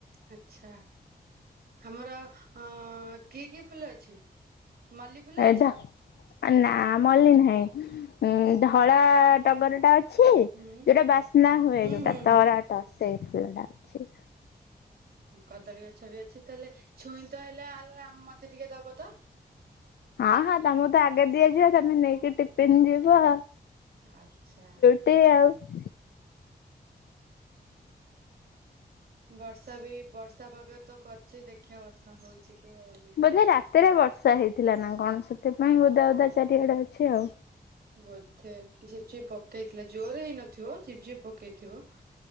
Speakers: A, on the right; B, on the left.
A: ଆଛା ହାମର ଅଁ କି କି ଫୁଲ ଅଛି? ମଲ୍ଲି ଫୁଲ ଅଛି?
B: ଢ ନା ମଲ୍ଲି ନାହିଁ। ଉଁ ଧଳା ଟଗର ଟା ଅଛ ଛି
A: ହୁଁ
B: ଯୋଉଟା ବାସ୍ନା ହୁଏ
A: ହୁଁ
B: ଯୋଉଟା
A: ହୁଁ
B: ତରାଟ ସେଇ ଫୁଲଟା ଅଛି।
A: କଦଳୀ ଗଛ ବି ଅଛି ତାହେଲେ ଛୁଇଁ ତ ହେଲେ ଲେ ମତେ ଟିକେ ଦବ ତ।
B: ହଁ ହଁ ତମକୁ ତ ଆଗେ ଦିଆଯିବ ତମେ ନେଇକି ଟିପିନ୍ ଯିବ।
A: ଆଛା
B: <unintelligible>
A: ବର୍ଷା ବି ବର୍ଷା ପାଗ ତ କରଚି ଦେଖିଆ ବର୍ଷା ହଉଛି କି ହୋଉନି।
B: ବୋଧେ ରାତିରେ ବର୍ଷା ହେଇଥିଲା ନା କଣ ସେଥିପାଇଁ ଓଦା ଓଦା ଚାରିଆଡେ ଅଛି ଆଉ
A: ବୋଧେ ଝିପ୍ ଝିପ୍ ପକେଇଥିଲା ଜୋର ହେଇନଥିବ ଝିପ୍ ଝିପ୍ ପକେଇଥିବ।